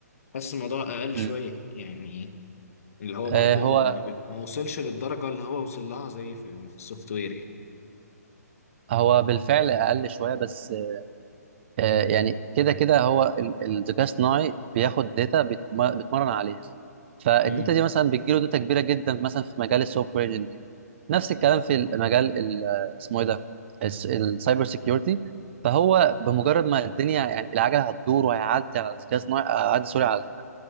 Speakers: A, on the left; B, on the right.
A: حاسس الموضوع اقل
B: م.
A: شويه يعني اللي هو
B: آه،
A: برضه
B: هو
A: هو ما, بت... ما وصلش للدرجة اللي هو وصل لها زي في, في السوفت وير يعني
B: هو بالفعل اقل شوية بس آه، يعني كده كده هو ال- الذكاء الصناعي بياخد داتا بيتم- بيتمرن عليها فالداتا
A: امم
B: دي مثلا بتجيله داتا كبيره جدا مثلا في مجال السوفت وير انجينير نفس الكلام في المجال ال- اسمه ايه ده الس- السايبر سيكيورتي فهو بمجرد ما الدنيا يعني العجله هتدور وهيعدي على الذكاء الصناعي هيعدي سوري على ال-